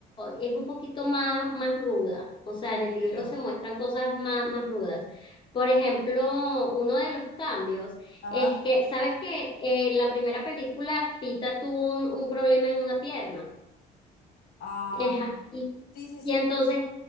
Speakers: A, on the left; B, on the left.
A: es un poquito más, más ruda, o sea,
B: En
A: en el libro
B: serio.
A: se muestran cosas más, más rudas. Por ejemplo, uno de los cambios
B: Ajá.
A: es que, ¿sabes que En la primera película Pita tuvo un, un problema en una pierna.
B: Ah,
A: Eja y,
B: sí, sí,
A: y
B: sí.
A: entonces,